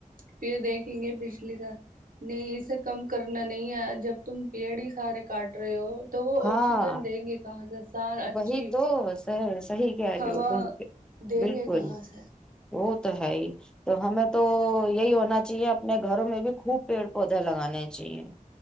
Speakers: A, on the right; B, in the centre.
A: پھر دیکھیں گے بجلی کا نہیں اسے کم کرنا نہیں ہے جب تم پیڑ ہی سارے کاٹ رہے ہو تو وہ
B: ہاں
A: آکسیجن دیں گے کہاں سے سار اچھی
B: وہی تو سر صحی کہہ رہی
A: ہوا
B: ہو تم
A: دیں
B: بالکل
A: گے کہاں سے
B: وہ تو ہے ہی تو ہمیں تو یہی ہونا چاہیے اپنے گھروں میں بھی خوب پیڑ پودے لگانے چاہیے